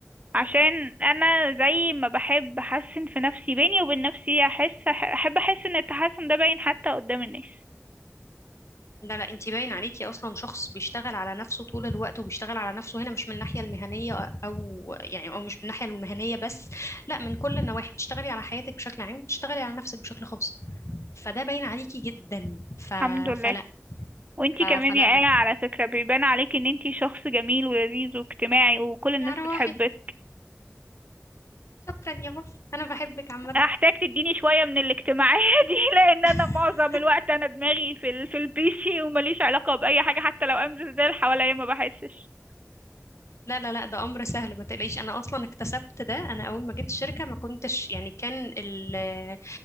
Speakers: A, on the right; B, on the left.
A: عشان انا زي ما بحب احسن في نفسي بيني وبين نفسي احس احب احس ان التحسن ده باين حتى قدام الناس
B: لا لا انت باين عليكي اصلا شخص بيشتغل على نفسه طول الوقت وبيشتغل على نفسه هنا مش من الناحية المهنية او يعني او مش من الناحية المهنية بس لا من كل النواحي بتشتغلي على حياتك بشكل عام وبتشتغلي على نفسك بشكل خاص فده باين عليكي جدا ف...
A: الحمد لله
B: فلا
A: وانتي
B: ف-
A: كمان
B: فلما
A: يا آية على فكرة بيبان عليك ان انتي شخص جميل ولذيذ واجتماعي وكل الناس
B: يا روحي
A: بتحبك
B: شكرا يا بابا انا بحبك عامه
A: هحتاج تديني شوية من الاجتماعية <laughs> دي لان
B: <laughs>
A: انا معظم الوقت انا دماغي في ال... في البيسي ومليش علاقة بأي حاجة حتى لو امزل زي اللي حواليا ما بحسش
B: لا لا لا ده امر سهل ما تقلقيش انا اصلا اكتسبت ده انا اول ما جيت الشركه ما كنتش يعني كان ال-